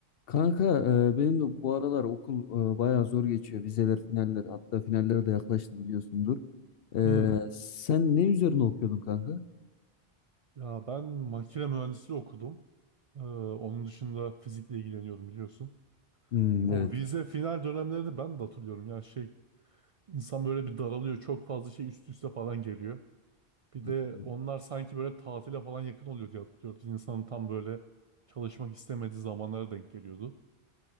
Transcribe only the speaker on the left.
Kanka e, benim de bu aralar okul e, bayağı zor geçiyor. Vizeler, finaller hatta finaller de yaklaştı biliyorsundur. E,
sen ne üzerine okuyordun kanka?
Hmm,
evet.
katılıyorum.